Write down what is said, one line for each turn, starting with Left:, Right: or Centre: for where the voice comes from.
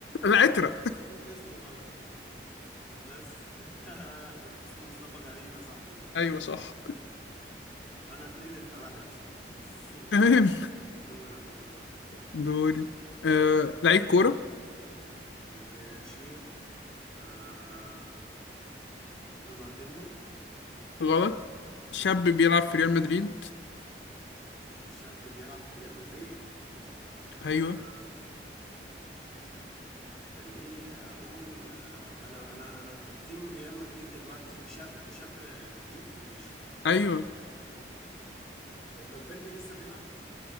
Left: العترة
Centre: انت قلت اسمه غلط بس <laughs> اسمه مصطفى غريب يا صاحبي
Left: ايوه صح
Centre: آه. انا اتنين انت واحد يا صاحبي <laughs>
Left: تمام
Centre: دورك يلا
Left: دوري آه، لعيب كورة
Centre: ماشي آه... رونالدينهو
Left: غلط شاب بيلعب في ريال مدريد
Centre: شاب بيلعب في ريال مدريد
Left: ايوه
Centre: آه... خليني اقول آه... انا انا انا التيم ريال مدريد دلوقتي شاب شاب جديد ماشي
Left: ايوه
Centre: هو فالفيردي لسه بيلعب